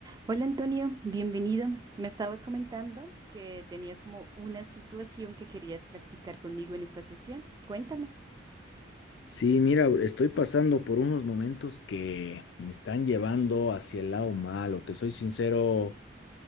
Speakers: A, on the right (about 20°); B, on the left (about 65°).
A: Hola Antonio, bienvenido. Me estabas comentando que tenías como una situación que querías practicar conmigo en esta sesión. Cuéntame.
B: Sí, mira, estoy pasando por unos momentos que me están llevando hacia el lado malo. Te soy sincero,